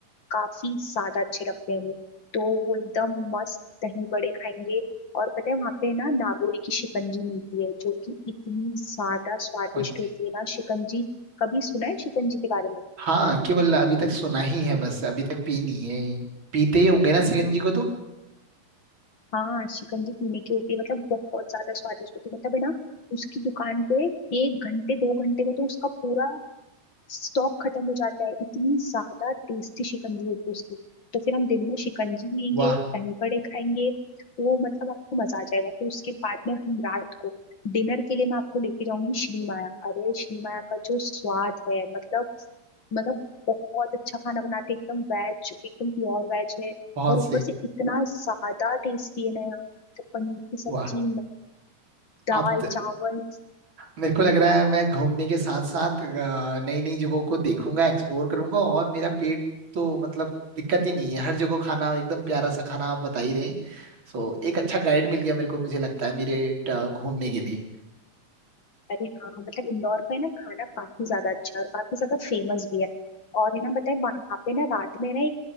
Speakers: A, on the left; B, on the right.
A: काफी ज्यादा अच्छे लगते हैं वो तो वो एकदम मस्त दही बड़े खाएंगे और पता है वहाँ पे ना नागौरी की शिकंजी मिलती है जो कि इतनी ज्यादा स्वादिष्ट
B: कौन सी
A: होती है ना शिकंजी कभी सुना है शिकंजी के बारे में
B: हाँ केवल अभी तक सुना ही है बस अभी तक पी नहीं है पीते ही होंगे ना सीएनजी को तो
A: हाँ शिकंजी पीने की होती है मतलब बहुत ज्यादा स्वादिष्ट होती है मतलब है ना उसकी दुकान पे एक घंटे दो घंटे में तो उसका पूरा स्टॉक खत्म हो जाता है इतनी ज्यादा टेस्टी शिकंजी होती है उसकी तो फिर हम दिन में शिकंजी लेंगे
B: वाह
A: दही बड़े खाएंगे तो मतलब आपको मजा आ जाएगा फिर उसके बाद में हम रात को डिनर के लिए मैं आपको लेके जाऊंगी श्री माया अरे श्री माया का जो स्वाद है मतलब मतलब बहुत अच्छा खाना बनाते हैं, एकदम वेज एकदम प्योर वेज है
B: बहुत
A: और ऊपर
B: सही
A: से इतना ज्यादा टेस्टी है ना यहाँ तो पनीर की सब्जी
B: वाह आप
A: दाल चावल
B: मेरे को लग रहा है मैं घूमने के साथ साथ नई नई जगहों को देखूंगा एक्सप्लोर करूंगा और मेरा पेट तो मतलब दिक्कत ही नहीं है हर जगह खाना एकदम प्यारा सा खाना आप बता ही रहे हैं सो एक अच्छा गाइड मिल गया मेरे को मुझे लगता है मेरे अ, घूमने के लिए
A: अरे हाँ हाँ, मतलब इंदौर का है ना खाना काफी ज्यादा अच्छा है और काफी ज्यादा फेमस भी है और है ना बताए वहाँ पे ना रात में ना एक